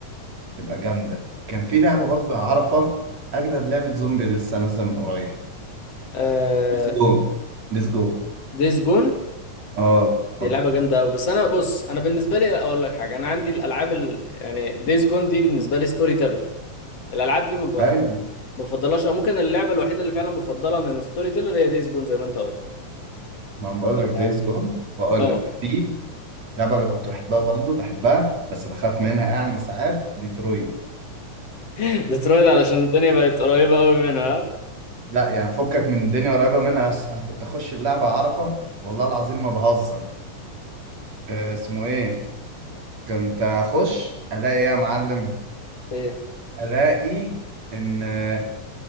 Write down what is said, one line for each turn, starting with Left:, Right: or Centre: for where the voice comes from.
Right: تبقى جامده كان في لعبه برضه اعرفها اجدد لعبه زومبي لسه نازله من قريب
Left: آه
Right: ديز جو ديز جو
Left: ديز جون
Right: اه
Left: دي
Right: آه.
Left: لعبه جامده قوي بس انا بص انا بالنسبه لي اقول لك حاجه انا عندي الالعاب ال... يعني ديز جون دي بالنسبه لي ستوري تيلر الالعاب دي ما بفضل
Right: ايوه
Left: ما بفضلهاش او ممكن اللعبه الوحيده اللي فعلا بفضلها من ستوري تيلر هي ديز جون زي ما انت قلت
Right: ما أنا بقول لك ديز
Left: أم،
Right: جو واقول
Left: اه
Right: لك في لعبه اللي كنت بحبها برضه بحبها بس بخاف منها يعني ساعات ديترويد
Left: <laughs> ديترويد علشان الدنيا بقت قريبه قوي منها ها؟
Right: لا يعني فكك من الدنيا قريبه منها بس انا كنت اخش اللعبه اعرفها والله العظيم ما بهزر آه، اسمه ايه كنت اخش الاقي ايه يا معلم
Left: ايه
Right: الاقي ان آه،